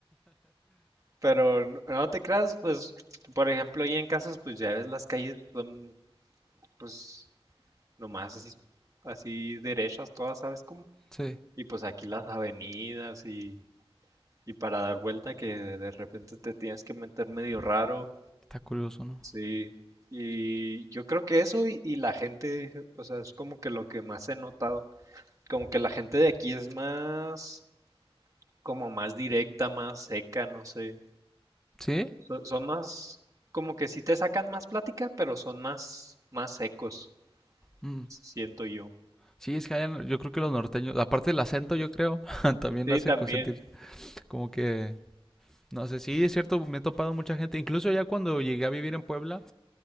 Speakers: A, on the right (about 35°); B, in the centre.
A: Pero n- no te creas, pues, por ejemplo, ahí en casas, pues ya ves las calles son, pues, nomás así, así derechas todas, ¿sabes cómo?
B: Sí,
A: Y pues aquí las avenidas y Y para dar vuelta que de repente te tienes que meter medio raro.
B: está curioso, ¿no?
A: Sí. Y yo creo que eso y, y la gente, o sea, es como que lo que más he notado. Como que la gente de aquí es más, como más directa, más seca, no sé.
B: ¿Sí?
A: So- son más, como que sí te sacan más plática, pero son más, más secos,
B: Mm.
A: siento yo.
B: Sí, es que allá no- yo creo que los norteños, aparte del acento, yo creo, <laughs> también
A: Sí,
B: hace
A: también.
B: co- sentir como que, no sé, sí, es cierto, me he topado mucha gente, incluso ya cuando llegué a vivir en Puebla,